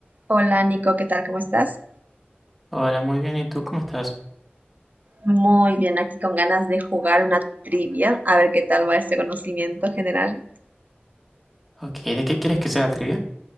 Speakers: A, on the right; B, in the centre.
A: Hola Nico, ¿qué tal? ¿Cómo estás?
B: Hola, muy bien. ¿Y tú cómo estás?
A: Muy bien, aquí con ganas de jugar una trivia, a ver qué tal va este conocimiento general.
B: Ok, ¿de qué quieres que sea la trivia?